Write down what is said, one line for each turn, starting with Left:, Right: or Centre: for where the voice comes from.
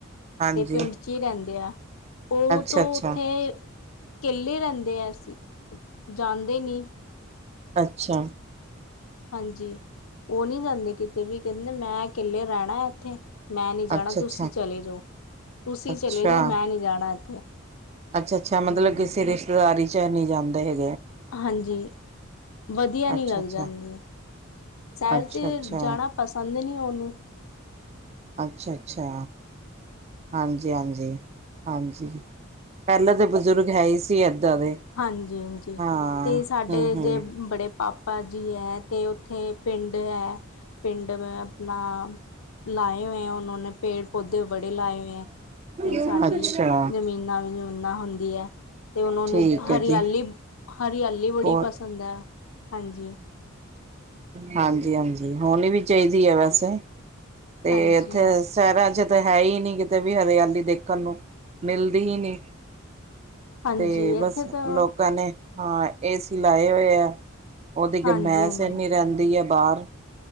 Right: ਹਾਂਜੀ
Left: ਤੇ ਪਿੰਡ ਚ ਹੀ ਰਹਿੰਦੇ ਆ, ਉਹ
Right: ਅੱਛਾ
Left: ਤੋਂ
Right: ਅੱਛਾ
Left: ਉੱਥੇ ਕੇੱਲੇ ਰੈਂਦੇ ਐ ਅਸੀਂ, ਜਾਂਦੇ ਨੀਂ।
Right: ਅੱਛਾ।
Left: ਹਾਂਜੀ, ਓ ਨੀਂ ਜਾਂਦੇ ਕਿਤੇ ਵੀ ਕਹਿੰਦੇ ਮੈਂ ਕੇੱਲੇ ਰਹਿਣਾ ਇੱਥੇ। ਮੈਂ ਨੀਂ ਜਾਣਾ
Right: ਅੱਛਾ
Left: ਤੁਸੀਂ
Right: ਅੱਛਾ
Left: ਚਲੇ ਜਾਓ, ਤੁਸੀਂ
Right: ਅੱਛਾ
Left: ਚਲੇ ਜਾਓ ਮੈਂ ਨੀਂ ਰੈਣਾ ਇੱਥੇ।
Right: ਅੱਛਾ ਅੱਛਾ ਮਤਲਬ
Left: ਮੈਂ ਨਹੀਂ
Right: ਕਿਸੇ ਰਿਸ਼ਤੇਦਾਰੀ ਚ ਨੀ ਜਾਂਦੇ ਹ
Left: ਹਾਂਜੀ ਵਧੀਆ ਨੀਂ
Right: ਅੱਛਾ-ਅੱਛਾ,
Left: ਲੱਗ ਜਾਂਦੀ। ਸ਼ਹਿਰ
Right: ਅੱਛਾ-ਅੱਛਾ,
Left: ਚ ਜਾਣਾ ਪਸੰਦ ਨੀਂ ਉਹਨੂੰ।
Right: ਅੱਛਾ-ਅੱਛਾ, ਹਾਂਜੀ- ਹਾਂਜੀ, ਹਾਂਜੀ। ਪਹਿਲਾਂ ਤਾਂ ਬਜ਼ੁਰਗ ਹੈ ਈ ਸੀ ਇਏਦਾਂ ਦੇ।
Left: ਹਾਂਜੀ-ਹਾਂਜੀ,
Right: ਹਾਂ।
Left: ਤੇ ਸਾਡੇ
Right: ਹੂੰ-ਹੂੰ,
Left: ਜੇ ਬੜੇ ਪਾਪਾ ਜੀ ਐ, ਤੇ ਉੱਥੇ ਪਿੰਡ ਐ ਪਿੰਡ ਅਪਣਾ। ਲਾਏ ਹੋਏਂ ਏਂ ਉਹਨਾਂ ਨੇ ਪੇੜ ਪੋਦੇ ਬੜੇ ਲਾਏ ਹੋਏਂ ਏਂ, ਤੇ
Right: ਅੱਛਾ-ਅੱਛਾ,
Left: ਸਾਡੀ ਜ਼ਮੀਨਾਂ ਹੁੰਦੀ ਹੈ ਤੇ ਉਹ ਨੂੰ
Right: ਠੀਕ
Left: ਹਰਿਆਲੀ
Right: ਹੈ ਜੀ।
Left: <unintelligible> ਬੜੀ
Right: ਬਹੁਤ
Left: ਪਸੰਦ ਆ, ਹਾਂਜੀ।
Right: ਹਾਂਜੀ-ਹਾਂਜੀ, ਹੋਣੀ ਵੀ ਚਾਹੀਦੀ ਐ ਵੈਸੇ, ਤੇ
Left: ਹਾਂਜੀ
Right: ਇੱਥੇ ਸ਼ਹਿਰਾਂ ਚ ਤਾਂ ਹੈ ਹੀ ਨ ਕਿਤੇ ਵੀ ਹਰਿਆਲੀ ਦੇਖਣ ਨੂੰ, ਮਿਲਦੀ ਹੀ ਨੀਂ।
Left: ਹਾਂਜੀ
Right: ਤੇ
Left: ਇੱਥੇ
Right: ਬਸ
Left: ਤਾਂ
Right: ਲੋਕਾਂ ਨੇ। ਹਾਂ ਏਸੀ ਲਾਏ ਹੋਏ ਆ, ਉਹਦੀ
Left: ਹਾਂਜੀ
Right: ਗਰਮੈਸ
Left: ਹਾਂਜੀ
Right: ਇਨੀ ਰਹਿੰਦੀ ਐ ਬਾਹਰ।